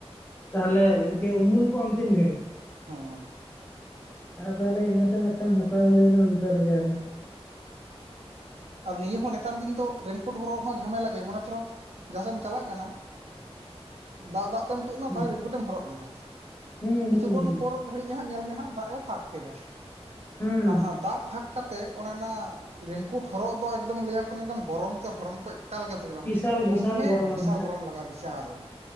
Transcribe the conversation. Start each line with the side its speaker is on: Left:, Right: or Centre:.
Left: ᱛᱟᱦᱞᱮ ᱤᱱᱠᱟᱹ ᱩᱢᱩᱞ ᱠᱚᱜ-ᱟᱢ ᱛᱤᱱ ᱜᱷᱟᱹᱲᱤᱡ᱾
Right: ᱦᱮᱸ᱾
Left: ᱟᱨ ᱛᱟᱦᱞᱮ ᱤᱱᱟᱹ ᱛᱮ ᱢᱮᱱᱴᱮᱝ ᱦᱟᱛᱟᱣ ᱦᱩᱭᱮᱱᱟ ᱟᱱᱛᱮ ᱨᱮᱜᱮ ᱟᱨᱚ᱾
Right: ᱟᱨ ᱱᱤᱭᱟᱹ ᱦᱚᱸ ᱱᱮᱛᱟᱨ ᱫᱤᱱ ᱫᱚ ᱨᱮᱱᱠᱳᱴ ᱦᱚᱨᱚᱜ ᱦᱚᱸ ᱡᱷᱟᱢᱮᱞᱟ ᱜᱮ, ᱢᱚᱱᱮ ᱠᱚᱨᱚ ᱡᱟᱦᱟᱸᱥᱮᱜ ᱮᱢ ᱪᱟᱞᱟᱜ ᱠᱟᱱᱟ᱾ ᱫᱟᱜ ᱫᱟᱜ ᱛᱮᱢ ᱛᱩᱫ ᱱᱟ
Left: ᱦᱩᱸ
Right: ᱛᱟᱦᱞᱮ ᱨᱮᱱᱠᱩᱴᱮᱢ ᱦᱚᱨᱚᱜ ᱠᱮᱫᱟ,
Left: ᱦᱩᱸ
Right: ᱠᱤᱪᱷᱩ
Left: ᱦᱩᱸ ᱦᱩᱸ
Right: ᱠᱷᱚᱱ ᱯᱚᱨ ᱜᱷᱟᱹᱲᱤᱡ ᱦᱟᱜ ᱧᱮᱞ ᱢᱮ ᱦᱟᱜ ᱫᱟᱜ ᱮ ᱯᱷᱟᱸᱠ ᱠᱮᱫᱟ,
Left: ᱦᱩᱸ
Right: ᱟᱨ ᱚᱱᱟ ᱫᱟᱜ ᱯᱷᱟᱸᱠ ᱠᱟ ᱛᱮ ᱚᱱᱟ ᱨᱮᱱᱟᱜ ᱨᱮᱱᱠᱳᱴ ᱦᱚᱨᱚᱜ ᱫᱚ ᱮᱠᱫᱚᱢ ᱞᱟᱹᱭᱟᱢ ᱠᱟᱹᱱᱟᱧ ᱮᱠᱫᱚᱢ ᱜᱚᱨᱚᱢ ᱛᱮ ᱦᱚᱲᱢᱚ ᱠᱚ ᱮᱠᱟᱞ ᱜᱮ ᱵᱷᱟᱞᱮ ᱵᱟᱢ
Left: ᱵᱤᱥᱟᱞ
Right: ᱵᱩᱡᱟ
Left: ᱵᱤᱥᱟᱞ
Right: ᱫᱚᱢᱢᱮ
Left: ᱜᱚᱨᱚᱢᱟ
Right: ᱵᱤᱥᱟᱞ ᱜᱚᱨᱚᱢ ᱞᱟᱜᱟᱜ-ᱟ ᱵᱤᱥᱟᱞ,